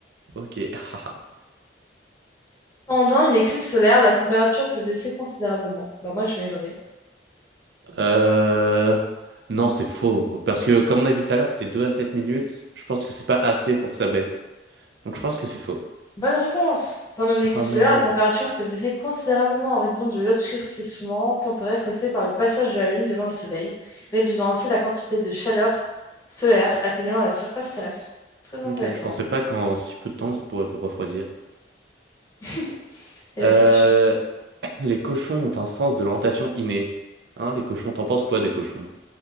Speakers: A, on the right; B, on the left.
A: Ok, <laughs> haha.
B: Pendant une éclipse solaire, la température peut baisser considérablement. Bah moi je mets vrai.
A: euh... Non, c'est faux. Parce que, comme on a vu tout à l'heure, c'était 2 à 7 minutes. Je pense que c'est pas assez pour que ça baisse. Donc, je pense que c'est faux.
B: Bonne réponse. Pendant une éclipse
A: Oh no.
B: solaire, la température peut baisser considérablement en raison de l'obscurcissement temporaire causé par le passage de la Lune devant le Soleil, réduisant ainsi la quantité de chaleur solaire atteignant la surface terrestre. Très intéressant.
A: Ok, je pensais pas qu'en si peu de temps, ça pourrait vous refroidir.
B: <laughs> Et la
A: Euh...
B: question?
A: Les cochons ont un sens de l'orientation inné. Hein, les cochons, t'en penses quoi des cochons?